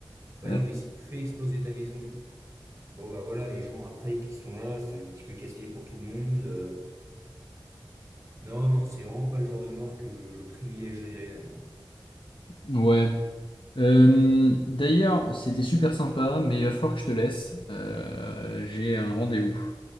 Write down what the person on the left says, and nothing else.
Euh,
Ouais. Euh, d'ailleurs, c'était super sympa, mais il va falloir que je te laisse. Euh, j'ai un rendez-vous.